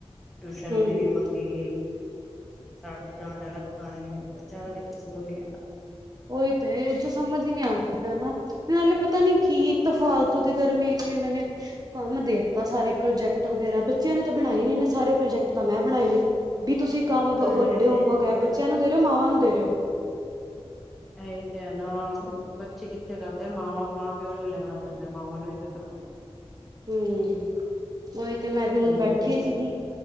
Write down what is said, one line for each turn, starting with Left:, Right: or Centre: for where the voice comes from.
Centre: ਟਿਊਸ਼ਨ
Right: ਹੂੰ।
Centre: ਵਾਲੀ ਵੀ ਮੰਗੇਗੀ ਸਰ ਤੋਂ ਡਾਂਟ ਅਲਗ ਖਾਣੀਆਂ ਬੱਚਿਆਂ ਦਾ ਵੀ ਕਸੂਰ ਨੀ ਹੈਨਾ।
Right: ਉਹੀ ਤੇ ਇਹ ਤਾਂ ਸਮਝ ਹੀ ਨਹੀਂ ਆਉਦੀ ਪਿਆ ਨਾ। ਇਹ ਨਾਲੇ ਪਤਾ ਨੀ ਕੀ ਇੱਕ ਤਾਂ ਫਾਲਤੂ ਦੀ ਗਰਮੀਆਂ ਚ ਇਹਨਾਂ ਨੇ ਕੰਮ ਦੇਤਾ ਸਾਰੇ ਪ੍ਰੋਜੈਕਟ ਵਗੈਰਾ ਬੱਚਿਆਂ ਨੇ ਤਾਂ ਬਣਾਏ ਨੀ ਇਹਨੇ ਸਾਰੇ ਪ੍ਰੋਜੈਕਟ ਤਾਂ ਮੈਂ ਬਣਾਏ ਨੇ ਵੀ ਤੁਸੀਂ ਕੰਮ
Centre: ਇਹੀ
Right: ਹੋਲੀਡੇ ਹੋਮਵਰਕ ਹੈ
Centre: ਤੇ
Right: ਬੱਚਿਆਂ ਨੂੰ ਦੇ ਰਹੇ ਹੋ ਮਾਵਾਂ ਨੂੰ ਦੇ ਰਹੇ ਓ।
Centre: ਇਹੀ ਤੇ ਹੈ ਨਾ ਬੱਚੇ ਕਿੱਥੇ ਕਰਦੇ ਆ। ਮਾਵਾਂ ਮਾਂ ਪਿਓ ਨੂੰ ਵੀ ਲੱਗਣਾ ਪੈਂਦਾ ਮਾਵਾਂ ਨੂੰ ਵੀ ਕਰਨਾ <inaudible>
Right: ਹਮ ਉਹੀ ਤੇ ਮੈਂ
Centre: ਪੈਂਦਾ
Right: ਵੀ ਹੁਣ ਬੈਠੀ ਸੀਗੀ